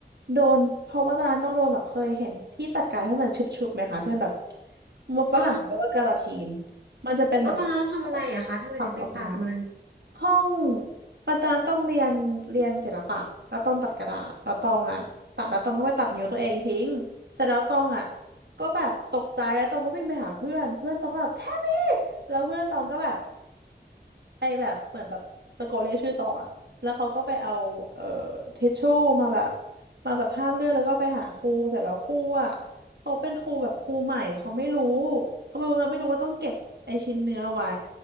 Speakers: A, on the right (about 65°); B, on the right (about 80°).
A: โดนเพราะว่าตอนนั้นต้องโดนแบบเคยเห็นที่ตัดกายที่มันชุบๆไหมคะที่มันแบบฝรั่งเขาเรียกว่ากาลาทีน
B: อ๋อ
A: มันจะเป็นแบบที่
B: แล้วตอนนั้นเราทำอะไรอะคะทำไมถึงไปตัดมัน
A: ตัดลงมา ห้องปัตอนนั้นต้องเรียนเรียนศิลปะแล้วต้องตัดกระดาษแล้วต้องอ่ะตัดแล้วต้องก็ไปตัดนิ้วตัวเองทิ้งเสร็จแล้วต้องอ่ะก็แบบตกใจแล้วต้องก็วิ่งไปหาเพื่อนเพื่อนต้องก็แบบแทมมี่แล้วเพื่อนต้องก็แบบ ไอแบบเหมือนแบบตะโกนเรียกชื่อตองอะแล้วเขาก็ไปเอาเอ่อทิชชู่มาแบบมาแบบห้ามเลือดแล้วก็ไปหาครูเสร็จแล้วครูอะเขาเป็นครูแบบครูใหม่เขาไม่รู้เขาไม่รู้เขาไม่รู้ว่าต้องเก็บไอชิ้นเนื้อไว้